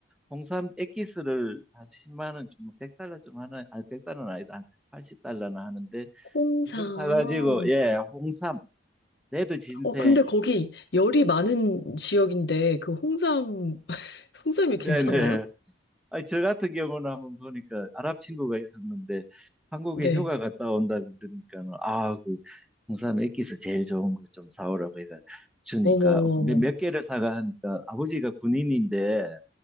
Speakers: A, in the centre; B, on the left.
A: 홍삼 액기스를 한 십만 원 좀, 백 달러 좀 하나, 아1달러는 아니다. 한 80달러나 하는데
B: 홍삼.
A: 그걸 사가지고 예, 홍삼, 레드 진생.
B: 어, 근데 거기 열이 많은 지역인데, 그 홍삼, <laughs> 홍삼이
A: 네네.
B: 괜찮아요?
A: 아니, 저 같은 경우는 한번 보니까 아랍 친구가 있었는데 한국에
B: 네.
A: 휴가 갔다 온다고 그러니까는 아, 그 홍삼 액기스 제일 좋은 거 좀 사오라고 해서 주니까
B: 어머머머.
A: 근데 몇 개를 사가 하니까 아버지가 군인인데